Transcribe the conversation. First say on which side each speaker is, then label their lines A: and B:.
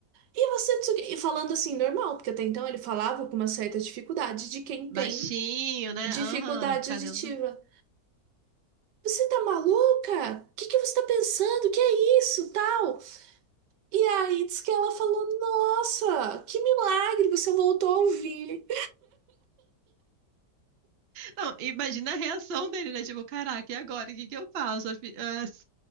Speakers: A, on the right; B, on the right.
A: E você não sei o quê. E falando assim, normal, porque até então ele falava com uma certa dificuldade de quem
B: Baixinho,
A: tem
B: né?
A: dificuldade
B: Aham, fazendo.
A: auditiva. Você tá maluca? O que que você tá pensando? Que é isso? Tal. E aí diz que ela falou: Nossa, que milagre, você voltou a ouvir.
B: Não, imagina a reação dele, né? Tipo, caraca, e agora? O que que eu faço? A fi- ah, s-